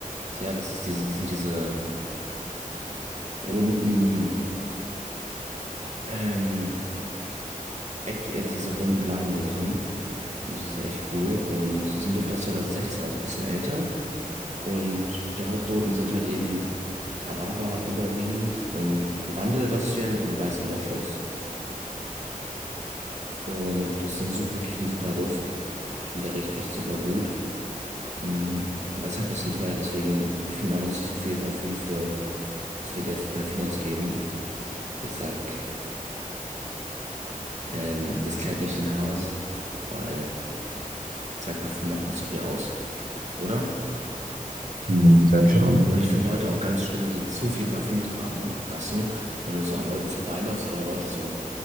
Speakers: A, on the right (about 50°); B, on the right (about 75°).
A: sehr. Das ist diese, das sind diese runden, ähm, Eck, äh, diese runden Langdosen. Und sie sind echt cool. Und es ist ein Duft aus 2016, also ein bisschen älter. Und die Hauptnoten sind halt eben Rhabarber überwiegend und Wandelröschen und weißer Moschus. Und das ist ein, su- wirklich ein super Duft. Ich finde, der riecht echt super gut. Mm, Aber ist halt ein bisschen teuer, deswegen, ich finde, man muss nicht so viel Parfüm für, so viel Geld für Parfüm ausgeben. Ich sag, ähm, das klärt nicht den Haars, weil ich sag, Parfüm macht nicht so viel aus, oder?
B: Hm, Sag ich auch nicht.
A: Und ich finde Leute auch ganz schlimm, die zu viel Parfüm tragen, weißt du? Wenn du so an Leuten vorbeiläufst oder Leute so